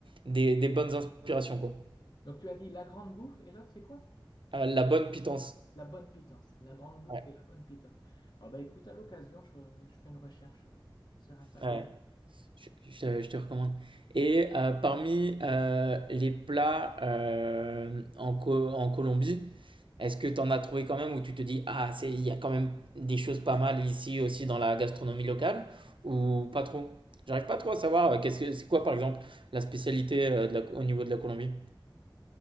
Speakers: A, on the right; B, on the left.
A: des, des bonnes inspirations, quoi.
B: Donc tu as dit la grande bouffe et l'autre c'est quoi?
A: Euh, la bonne pitance.
B: La bonne pitance. La grande bouffe
A: Ouais.
B: et la bonne pitance. Ah bah écoute, à l'occasion, je, je ferai une recherche euh, sur Instagram.
A: Ouais. Je, je- je te recommande. Et euh, parmi euh, les plats euh, en, Co- en Colombie, est-ce que tu en as trouvé quand même où tu te dis, ah, c'est, il y a quand même des choses pas mal ici aussi dans la gastronomie locale ou pas trop? J'arrive pas trop à savoir, euh, qu'est-ce que, c'est quoi par exemple la spécialité euh, de la- au niveau de la Colombie?